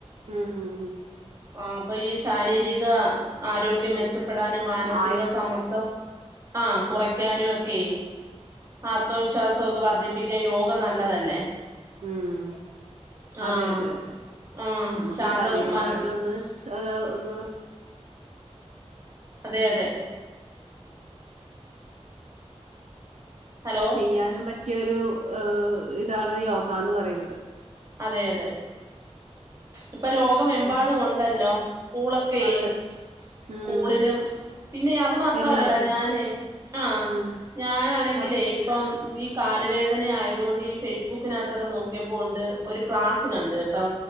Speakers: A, on the right; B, on the right.
A: ഉം ഉം ഉം
B: ആ അപ്പൊ ഈ ശാരീരിക ആരോഗ്യം മെച്ചപ്പെടാനും മാനസിക
A: ആയ
B: സമ്മർദ്ദം ആ കുറയ്ക്കാനൊക്കെ ആത്മവിശ്വാസൊക്കെ വർധിപ്പിക്കാൻ യോഗ നല്ലതല്ലേ
A: ഉം അതെ
B: ആഹ്
A: അതെ അതെ
B: ആഹ്
A: നമുക്ക്
B: ശാന്തം
A: ശാരീരികമായിട്ടൊന്ന്
B: മന
A: അത ഒന്ന്
B: അതെ അതെ ഹലോ
A: ചെയ്യാനും പറ്റിയൊരു ഇതാണ് യോഗന്ന് പറയുന്നത്
B: അതെ അതെ ഇപ്പൊ ലോകമെമ്പാടും
A: ഛ,
B: ഒണ്ടല്ലോ സ്കൂളൊക്കെ
A: അതെ
B: സ്കൂളിലും
A: ഉം
B: പിന്നെ അത് മാത്രല്ലടാ
A: എല്ലായിടത്തും
B: ഞാന് ആ
A: ഉം
B: ഞാനാണെങ്കിലേ
A: പറ-
B: ഇപ്പം കാലുവേദന ആയതോണ്ട് ഈ ഫേസ്ബുക്കിനകത്തൊക്കെ നോക്കിയപ്പോണ്ട് ഒരു ക്ലാസ്സ് കണ്ട് കെട്ടോ